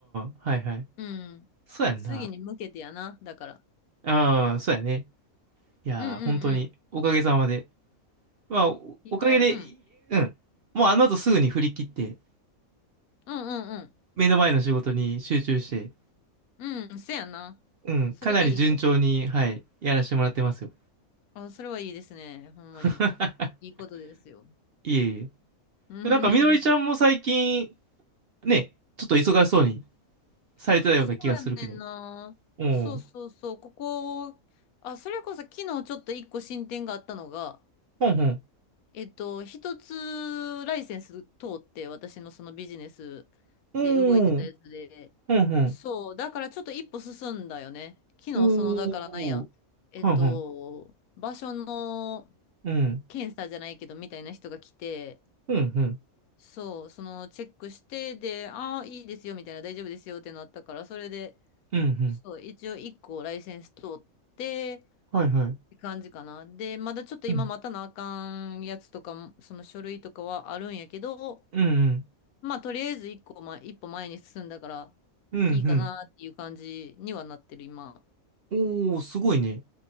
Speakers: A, on the right; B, on the left.
A: あ、はいはい。
B: うん。
A: そうやんな。
B: 次に向けてやな、だから。
A: ああ、そうやね。いやー、
B: うんうんうん。
A: 本当に、おかげさまで。まあ、お、
B: いいが、
A: おかげで、
B: うん。
A: うん。もうあの後すぐに振り切って、
B: うんうん
A: 目の前の仕事に集中して、
B: うん。うん、せやな。
A: うん、
B: それがいいよ。
A: かなり順調に、はい、やらせてもらってますよ。
B: あ、それはいいですね。ほんまに。
A: <laughs>
B: いいことですよ。
A: いえい
B: うんうんうん
A: え。なんか、みのりちゃんも最近、ね、ちょっと忙しそうにされてたような気がするけど。
B: <laughs> そうやねんな。
A: おー、
B: そうそうそう。ここ、あ、それこそ昨日ちょっと一個進展があったのが、
A: ほんほん。
B: えっと、一つライセンス通って私のそのビジネスで動いてたやつで、
A: おー、ほんほん。
B: そう、だからちょっと一歩進んだよね。昨日その、
A: おー。
B: だからなんや、えっと、
A: はんはん。
B: 場所の
A: うん。
B: 検査じゃないけどみたいな人が来て、
A: うん、うん。
B: そう、そのチェックして、で、ああ、いいですよみたいな、大丈夫ですよってなったから、それで、
A: うん、うん。
B: そう、一応一個ライセンス通って、
A: はい、はい。
B: って感じかな。で、まだちょっと今待たなあかんやつとかも、
A: うん。
B: その書類とかはあるんやけど、
A: うん、うん。
B: まあとりあえず一個前、一歩前に進んだからいいかなっていう感じにはなってる今。
A: うん、うん。おー、すごいね。